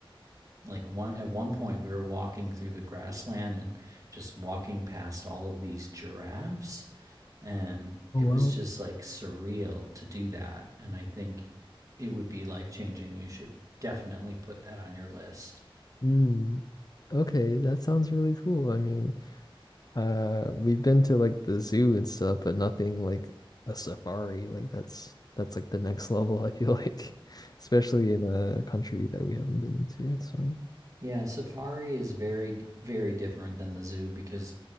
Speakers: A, on the right; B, on the left.
A: Like one at one point, we were walking through the grassland and just walking past all of these giraffes, And
B: Oh,
A: it
B: wow.
A: was just like surreal to do that. And I think it would be life changing. You should definitely put that on your list.
B: Mm. Okay, that sounds really cool. I mean, Uh, we've been to like the zoo and stuff, but nothing like a safari. Like that's that's like the next <laughs> level, I feel like, <laughs> especially in a country that we haven't been into. So,
A: Yeah, safari is very, very different than the zoo because,